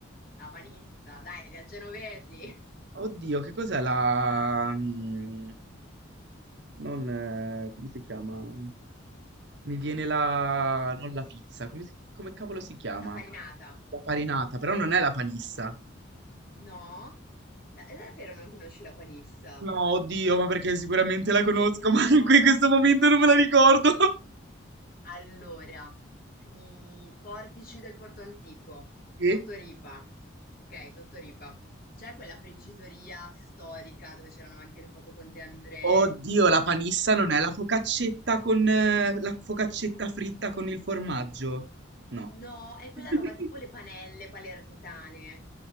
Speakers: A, on the left; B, on the right.
A: la panista, dai, la genovesi, <laughs>
B: Oddio, che cos'è la... mm, non... eh, come si chiama? Mi viene la... non la pizza, come, si- come cavolo si chiama?
A: la farinata.
B: La farinata, però non è la panissa.
A: No? La- è davvero non conosci la panissa?
B: No, oddio, ma perché sicuramente la
A: Oh
B: conosco,
A: mio Dio!
B: <laughs> ma in que- questo momento non me la ricordo.
A: Allora, i portici del Porto Antico,
B: Sì?
A: sotto Ripa, ok, sotto Ripa, c'è quella friggitoria storica dove c'erano anche le foto con De André,
B: Oddio, la panissa non è la focaccetta con eh, la focaccetta fritta con il formaggio? No.
A: No, è quella
B: <laughs>
A: roba tipo le panelle palermitane.